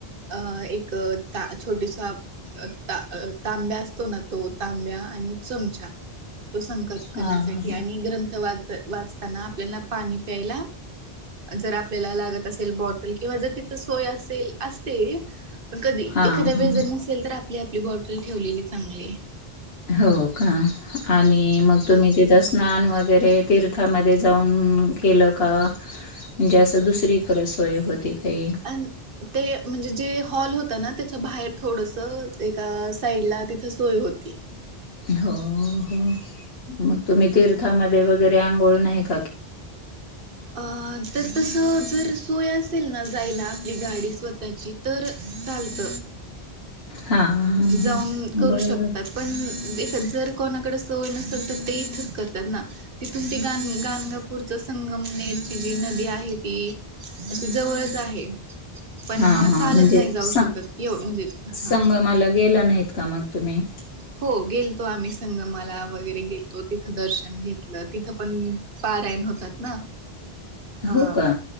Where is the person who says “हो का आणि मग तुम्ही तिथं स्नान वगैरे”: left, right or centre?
Left